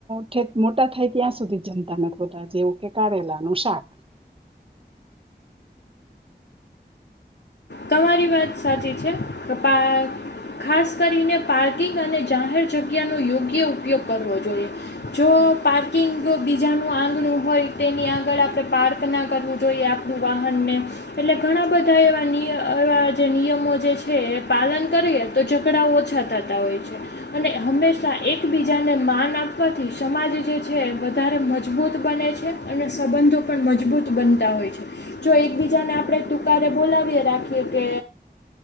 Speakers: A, on the right; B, on the left.
A: ઠેટ મોટા થાય ત્યાં સુધી જમતા ન હોતા જેવું કે કારેલાનુ શાક
B: તમારી વાત સાચી છે, પપ્પા ખાસ કરીને પાર્કિંગ અને જાહેર જગ્યાનો યોગ્ય ઉપયોગ કરવો જોઈએ જો પાર્કિંગ બીજાનું આંગણું હોય તેની આગળ આપણે પાર્ક ના કરવું જોઈએ આપણું વાહ હને એટલે ઘણા બધા એવા નિ અર વાળા જે નિયમો જે છે, એ પાલન કરીએ તો ઝઘડા ઓછા થતા હોય છે, અને હંમેશા એકબીજાને માન આપવાથી સમાજ જે છે, વધારે મજબૂત બને છે. અને સંબંધો પણ મજબૂત બનતા હોય છે, જો એકબીજાને આપણે તુકારે બોલાવીયા રા ખીયે કે